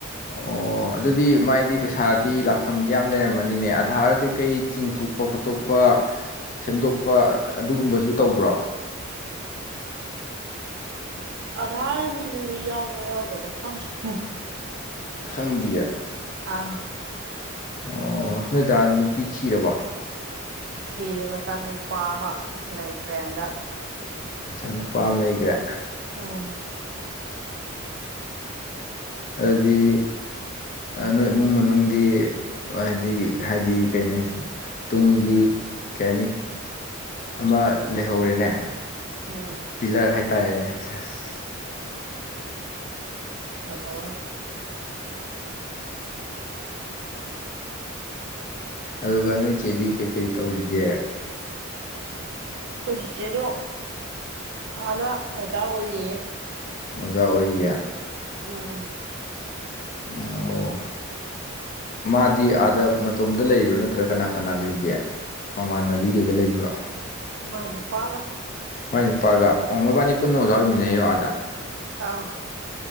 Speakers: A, on the left (about 40°); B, on the right (about 55°).
A: ꯑꯣ ꯑꯣ ꯑꯗꯨꯗꯤ ꯃꯥꯏꯗꯤ ꯄꯩꯁꯥꯗꯤ ꯂꯥꯛꯐꯝꯗꯤ ꯌꯥꯝ ꯂꯩꯔꯝꯃꯅꯤꯅꯦ ꯑꯙꯥꯔ ꯀꯩꯀꯩ ꯆꯤꯡꯊꯣꯛꯄ ꯈꯣꯠꯇꯣꯛꯄ ꯁꯦꯝꯗꯣꯛꯄ ꯑꯗꯨꯒꯨꯝꯕꯁꯨ ꯇꯧꯕ꯭ꯔꯣ
B: ꯑꯙꯥꯔꯒꯤ ꯅꯨꯃꯤꯠ ꯌꯥꯎꯕ ꯌꯥꯎꯗꯕ ꯈꯪꯗ꯭ꯔꯦ
A: ꯈꯪꯗꯤꯌꯦ
B: ꯑ
A: ꯑꯣ ꯅꯣꯏꯗꯥ ꯅꯨꯄꯤ ꯊꯤꯔꯕ
B: ꯊꯤꯔꯦ ꯃꯆꯥꯅꯨꯄꯥ ꯑꯃ ꯂꯩꯈ꯭ꯔꯦ ꯍꯟꯗꯛ
A: ꯃꯆꯥꯅꯨꯄꯥ ꯑꯃ ꯂꯩꯈ꯭ꯔꯦ
B: ꯎꯝ
A: ꯑꯗꯨꯗꯤ ꯅꯣꯏ ꯏꯃꯨꯡ ꯃꯅꯨꯡꯗꯤ ꯍꯥꯏꯗꯤ ꯍꯥꯏꯗꯤ ꯀꯩꯅꯣ ꯇꯨꯡꯒꯤ ꯀꯩ ꯍꯥꯏꯅꯤ ꯑꯃ ꯂꯩꯍꯧꯔꯤꯦꯅꯦ
B: ꯎꯝ
A: ꯄꯤꯂꯔ ꯍꯥꯏꯇꯥꯔꯦꯅꯦ ꯁꯁ
B: ꯀꯩꯗꯧꯔꯦ
A: ꯑꯗꯨꯒ ꯅꯣꯏ ꯆꯦꯗꯤ ꯀꯩꯀꯩ ꯇꯧꯔꯤꯒꯦ
B: ꯑꯩꯈꯣꯏꯖꯤꯠꯆꯦꯗꯣ ꯑꯥꯥꯗ ꯑꯣꯖꯥ ꯑꯣꯏꯔꯤꯌꯦ
A: ꯑꯣꯖꯥ ꯑꯣꯏꯔꯤꯌꯦ
B: ꯎꯝ
A: ꯑꯣ ꯑꯣ ꯃꯥꯗꯤ ꯑꯥꯗ ꯃꯇꯣꯝꯗ ꯂꯩꯔꯣ ꯅꯠꯇ꯭ꯔꯥ ꯀꯅꯥ ꯀꯅꯥ ꯂꯩꯒꯦ ꯃꯃꯥꯟꯅꯕꯤ ꯀꯩꯀ ꯂꯩꯕ꯭ꯔꯣ
B: ꯃꯥꯏꯅꯨ ꯄꯥꯒ
A: ꯃꯥꯏ ꯅꯨꯄꯥꯒ ꯑꯣ ꯃꯣꯏꯕꯥꯅꯤ ꯄꯨꯟꯅ ꯑꯣꯖꯥ ꯑꯣꯏꯃꯤꯟꯅꯩꯔꯣ ꯑꯥꯗ
B: ꯑꯥꯎ